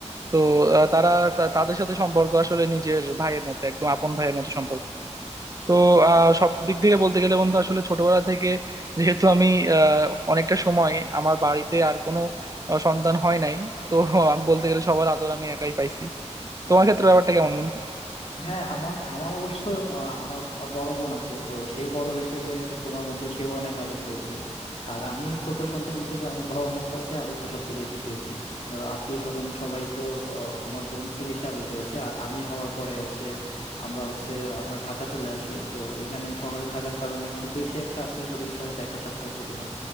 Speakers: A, on the right; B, on the left.
A: তো আহ, তারা তা- তাদের সাথে সম্পর্ক আসলে নিজের ভাইয়ের মতো একদম আপন ভাইয়ের মতো সম্পর্ক তো আহ, সব দিক থেকে বলতে গেলে বন্ধু আসলে ছোটবেলা থেকে যেহেতু আমি আহ, অনেকটা সময় আমার বাড়িতে আর কোনো আহ, সন্তান হয় নাই তো আমি বলতে গেলে সবার আদর আমি একাই পাইছি তোমার
B: আচ্ছা
A: ক্ষেত্রে
B: আচ্ছা
A: ব্যাপারটা কেমন বন্ধু
B: হ্যাঁ আমার আমার অবশ্য আহ, আমার বড় বোন আছে তো সে বড় হিসেবে তোমার মতো সেও অনেক আদর পেয়েছে আর আমি ছোট সন্তান হিসেবে আমার বাবা মার কাছে আদরটা সবচেয়ে বেশি পেয়েছি ধরো আত্মীয় স্বজন সবাই তো আহ, আমার বোনকে বেশি আদর করেছে আর আমি হওয়ার পরে হচ্ছে আমরা হচ্ছে আমরা ঢাকা চলে আসি তো এখানে শহরে থাকার কারণে খুব বেশি একটা আত্মীয় স্বজনের সাথে দেখা সাক্ষাৎ হতো না